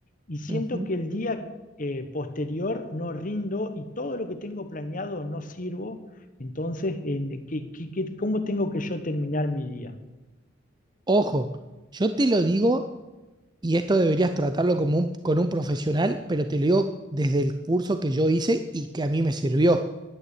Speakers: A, on the left (about 45°); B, on the right (about 20°).
A: y siento
B: Ujú.
A: que el día eh, posterior no rindo y todo lo que tengo planeado no sirvo. Entonces, en, ¿qué- qué- qué- cómo tengo que yo terminar mi día?
B: Ojo, yo te lo digo, y esto deberías tratarlo como un- con un profesional, pero te lo digo desde el curso que yo hice y que a mí me sirvió.